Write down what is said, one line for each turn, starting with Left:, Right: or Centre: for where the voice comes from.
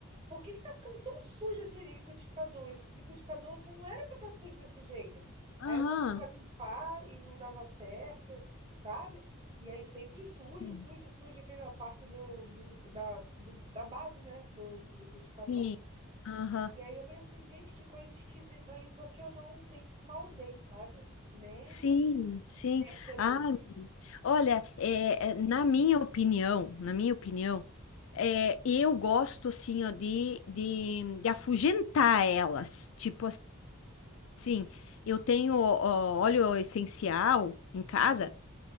Right: por que que tá ficando tão sujo esse liquidificador? Esse liquidificador não era pra estar sujo desse jeito.
Left: Aham,
Right: Aí eu tentava limpar e não dava certo, sabe? E aí sempre sujo,
Left: sim,
Right: sujo, sujo, aquela parte do, do, liqui- da, do- da base, né, do, do liquidificador.
Left: sim. Aham.
Right: E aí eu falei assim, gente, que coisa esquisita isso, só que eu não nem maldei, sabe? Nem
Left: Sim, sim.
Right: percebi.
Left: Ai, menina. olha, é, é, na minha opinião, na minha opinião, é, eu gosto assim, ó, de, de, de afugentar elas. Tipo assim, eu tenho ó, óleo essencial em casa,
Right: Aham.